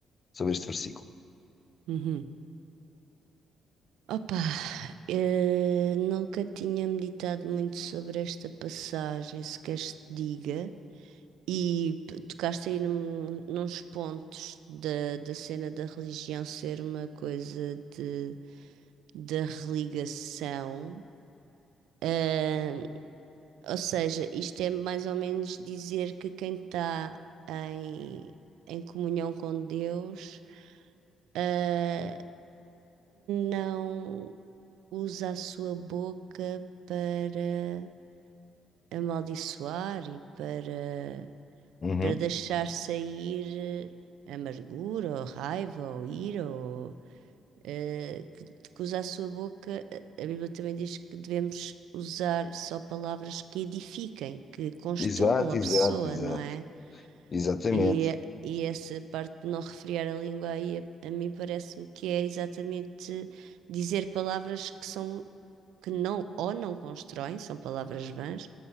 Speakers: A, on the left; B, on the right.
A: sobre este versículo?
B: Uhum. Opa, eh, nunca tinha meditado muito sobre esta passagem, se queres te diga, e p- tocaste aí num, nos pontos da, da cena da religião ser uma coisa de, da religação. Eh, ou seja, isto é mais ou menos dizer que quem está em, em comunhão com Deus, eh, não usa a sua boca para amaldiçoar e para,
A: Uhum.
B: para deixar sair eh, amargura ou raiva ou ira ou eh, que, que usar a sua boca. A a Bíblia também diz que devemos usar só palavras que edifiquem, que construam
A: Exato,
B: a
A: exato,
B: pessoa,
A: exato.
B: não é?
A: Exatamente.
B: E, e essa parte de não refriar a língua aí, a, a mim parece-me que é exatamente dizer palavras que são, que não, ou não constroem, são palavras vãs,